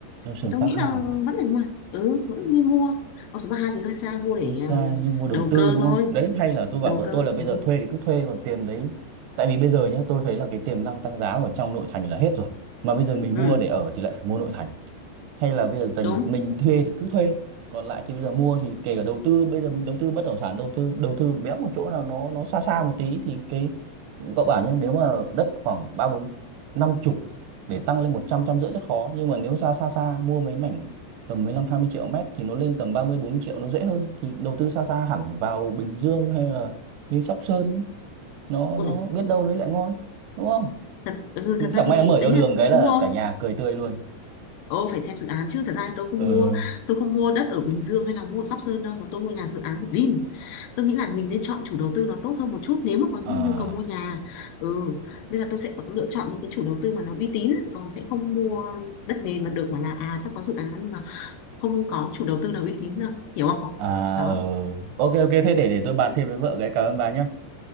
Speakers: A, on the right (about 80°); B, on the left (about 70°).
A: Ocean
B: thì tôi
A: Park
B: nghĩ là
A: 2 à
B: vẫn nên mua ừ Ừ. vẫn nên mua còn số ba hai thì hơi xa mua để
A: hơi xa
B: ờ,
A: nhưng mua đầu
B: đầu
A: tư
B: cơ
A: đúng
B: thôi
A: không đấy hay là tôi bảo
B: đầu
A: vợ
B: cơ
A: tôi là bây
B: ừ,
A: giờ thuê thì cứ thuê còn tiền đấy tại vì bây giờ nhá tôi thấy là cái tiềm năng tăng giá ở trong nội thành là hết rồi mà bây giờ mình
B: ừ
A: mua để ở thì lại phải mua nội thành hay là bây giờ dành
B: đúng
A: mình thuê thì cứ thuê còn lại thì bây giờ mua thì kể cả đầu tư bây giờ mình đầu tư bất động sản đầu tư đầu tư béo một chỗ nào nó nó xa xa một tí thì cái cậu bảo nhé nếu mà đất khoảng ba bốn năm chục để tăng lên một trăm trăm rưỡi rất khó nhưng mà nếu ra xa xa mua mấy mảnh tầm mười lăm hai mươi triệu mét thì nó lên tầm ba mươi bốn mươi triệu nó dễ hơn thì đầu tư xa xa hẳn vào Bình Dương hay là lên Sóc Sơn ấy, nó
B: Ôi
A: nó
B: dồi.
A: biết đâu đấy lại ngon đúng không
B: <laughs> thật ừ, thật
A: chẳng
B: ra thì
A: may nó mở ra
B: đấy
A: đường
B: là
A: cái là
B: đúng rồi
A: cả nhà cười tươi luôn
B: Ồ, phải xem dự án chứ. Thật ra thì tôi không
A: ừ
B: mua, tôi không mua đất ở Bình Dương hay là mua ở Sóc Sơn đâu, mà tôi mua nhà dự án của Vin. Tôi nghĩ là mình nên chọn chủ đầu tư nó tốt hơn một chút nếu mà có
A: Ờ.
B: nhu cầu mua nhà. Ừ, nên là tôi sẽ lựa chọn những cái chủ đầu tư mà nó uy tín, còn sẽ không mua đất nền mà được mà là à sắp có dự án nhưng mà không có chủ đầu tư nào uy tín đâu, hiểu không?
A: À
B: Đó.
A: ờ. Ok ok thế để để tôi bàn thêm với vợ cái cảm ơn bà nhá.